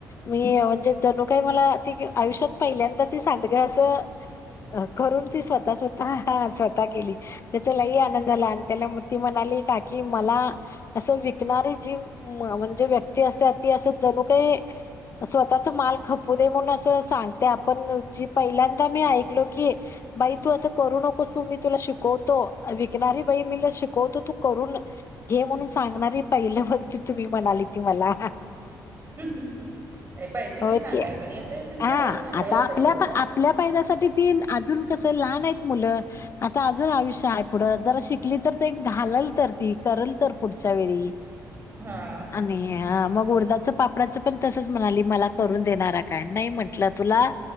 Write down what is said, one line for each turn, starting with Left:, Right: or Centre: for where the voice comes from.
Left: मी म्हणजे जणू काय मला ती आयुष्यात पहिल्यांदाच ती सांडग असं <inaudible> अ करून ती स्वतः स्वतः स्वतः केली त्याचा लई आनंद झाला आणि त्याला म ती म्हणाली काकी मला अस विकणारी जी म म्हणजे व्यक् ती असत्या ती अस जणू काही स्वतःचा माल खपू दे म्हणून असं सांगत्या जी पहिल्यांदा मी ऐकलो की बाई तू असं करू नकोस तू मी तुला शिकवतो विकणारी बाई मीला शिकवतो तू करून घे म्हणून सांगणारी पहिलं वक्ती तुम्ही म्हणाली ती मला.
Right: <unintelligible>
Left: होय
Right: सांगाय
Left: की
Right: पण येतय म्हटल्यावर
Left: हा
Right: सांगायला
Left: आता आपल्या
Right: पाहिजे बघा
Left: आपल्या पायद्यासाठी ती अजून कस लहान आहेत मुलं आता अजून आयुष्य हाय पुढ जरा शिकली तर घालल तर ती. करल तर पुढच्या वेळी.
Right: हा.
Left: आणि मग उडदाचं पापडाचं पण तसंच म्हणाली मला करून देणारा काय नाई म्हंटलं तुला